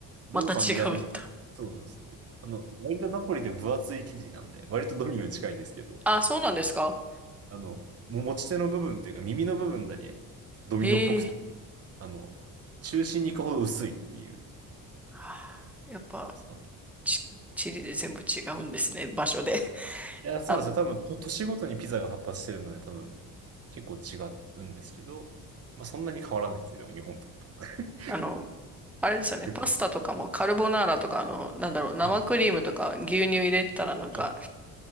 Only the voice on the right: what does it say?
ローマ、
ミラノ、そうなんですよ。あの、割とナポリって分厚い生地なんで、割とドミノに近いんですけど、
あの、も持ち手の部分というか耳の部分だけドミノっぽくて、
あの、中心に行くほど薄いっていう。
そうなんい
や、そうなんですよ。
多分、と都市ごとにピザが発達してるので、多分、結構違うんですけど、まあ、そんなに変わらないですよ、でも日本と。<laughs>
よく
はい。